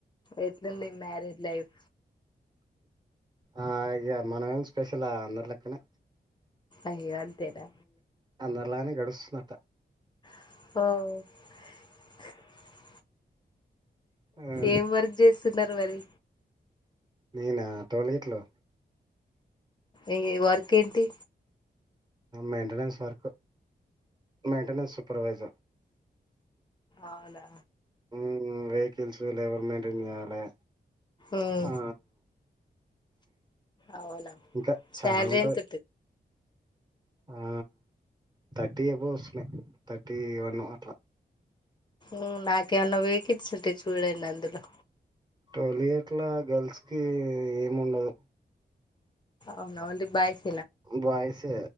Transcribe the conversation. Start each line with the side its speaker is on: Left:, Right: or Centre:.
Left: ఎట్లుంది మ్యారిడ్ లైఫ్
Right: ఆ ఇగమనమేం ఏం స్పెషల అందరి లెక్కనే
Left: అయ్యో అంతేనా
Right: అందరిలానే గడుస్తున్నత
Left: అఓ
Right: ఆ
Left: ఏం వర్క్ జేస్తున్నారు మరి
Right: నేనా తోల ఇట్లు
Left: ఏ వర్క్ ఏంటి
Right: మెయింటెనెన్స్ వర్కు మెయింటెనెన్స్ సూపర్వైజర్
Left: అవునా
Right: మ్ వెకిల్స్ లేబర్ మెయింటైన్ చేయాలె
Left: ఉమ్
Right: ఆ
Left: అవునా
Right: ఇంకా చాలా
Left: శాలరీ
Right: ఉంటది.
Left: ఎంత
Right: ఆ తర్టీ అబొవె వస్తున్నాయి. థర్టీ వన్ అట్ల
Left: మ్ నాకేమన్న వేకన్సీ ఉంటే చూడండి అందులో
Right: టోల్ గేట్లా గర్ల్స్కి ఏం ఉండదు.
Left: అవునా ఓన్లీ బాయ్స్
Right: బాయ్సే